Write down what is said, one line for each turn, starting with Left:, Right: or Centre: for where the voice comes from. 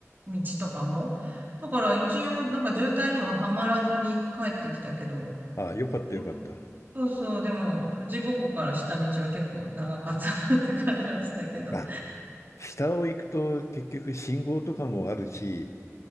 Right: 道とかも。だから一応、なんか渋滞にははまらずに帰ってきたけど、
Left: ああ、よかったよかった。
Right: でも、そうそう、でも、富士五湖から下道は結構長かったなって感じはしたけど。
Left: まあ、下を行くと結局信号とかもあるし、